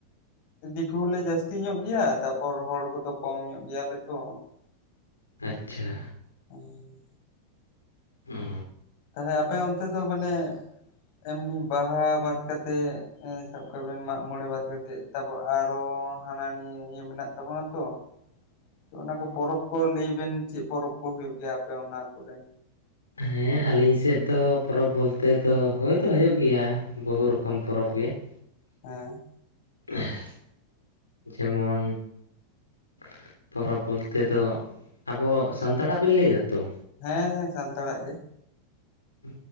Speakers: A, on the left; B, on the left.
A: ᱫᱤᱠᱩ ᱦᱚᱲᱞᱮ ᱡᱟᱹᱥᱛᱤ ᱧᱚᱜ ᱜᱮᱭᱟ ᱛᱟᱯᱚᱨ ᱦᱚᱲ ᱠᱚᱫᱚ ᱠᱚᱢ ᱧᱚᱜ ᱜᱮᱭᱟᱞᱮ ᱛᱚ ᱾
B: ᱟᱪ-ᱪᱷᱟᱻ
A: ᱴᱷᱚᱜ ᱾
B: ᱦᱩᱹ
A: ᱛᱟᱞᱦᱮ, ᱟᱯᱮ ᱚᱱᱛᱮ ᱫᱚ ᱢᱟᱱᱮ ᱮᱢᱱᱤ ᱵᱟᱦᱟ ᱵᱟᱫ ᱠᱟᱛᱮᱜ ᱮᱸ ᱥᱟᱵ ᱠᱟᱜ ᱵᱮᱱ ᱢᱟᱜ ᱢᱚᱬᱮ ᱵᱟᱫ ᱠᱟᱛᱮᱜ ᱛᱟᱯᱚᱨ ᱟᱨᱚ ᱦᱟᱱᱟ ᱱᱤᱭᱟᱹ ᱤᱭᱟᱹ ᱢᱮᱱᱟᱜ ᱛᱟᱵᱚᱱᱟ ᱛᱚ ᱾
B: ᱻ
A: ᱛᱚ ᱚᱱᱟ ᱠᱚ ᱯᱚᱨᱚᱵᱽ ᱠᱚ ᱞᱟᱹᱭ ᱵᱮᱱ ᱪᱮᱫ ᱯᱚᱨᱚᱵᱽ ᱠᱚ ᱦᱳᱭᱳᱜ ᱜᱮᱭᱟ ᱟᱯᱮ ᱚᱱᱟ ᱠᱚᱨᱮ?
B: ᱦᱮᱸ, ᱟᱹᱞᱤᱧ ᱥᱮᱫ ᱫᱚ ᱯᱚᱨᱚᱵᱽ ᱵᱚᱞᱛᱮᱹ ᱫᱚ ᱦᱳᱭ ᱫᱚ ᱦᱳᱭᱳᱜ ᱜᱮᱭᱟ ᱾ ᱵᱚᱦᱩ ᱨᱚᱠᱚᱢ ᱯᱚᱨᱚᱵᱽ ᱜᱮ ᱾
A: ᱮᱸᱻ ᱾
B: ᱢᱮᱹᱻ ᱾ ᱡᱮᱢᱚᱱᱻ ᱾ ᱥᱚᱲᱚᱜ ᱯᱚᱨᱚᱵᱽ ᱵᱚᱞᱛᱮᱹᱫᱚ ᱟᱵᱚ ᱥᱟᱱᱛᱟᱲ ᱟᱜ ᱵᱮᱱ ᱞᱟᱹᱭᱫᱟ ᱛᱚ?
A: ᱦᱮᱸ ᱦᱮᱸ, ᱥᱟᱱᱛᱟᱲᱟᱜ ᱜᱮ, ᱾
B: ᱩᱹ,